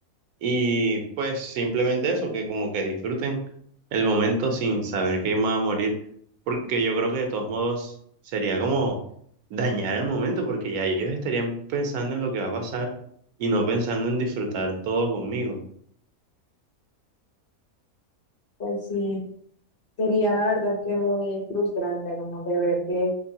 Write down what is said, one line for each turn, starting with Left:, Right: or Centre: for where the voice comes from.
Right: Y pues simplemente eso, que como que disfruten el momento sin saber que van a morir, porque yo creo que de todos modos sería como dañar el momento, porque ya ellos estarían pensando en lo que va a pasar y no pensando en disfrutar todo conmigo.
Left: Pues sí, sería la verdad es que muy frustrante como de ver que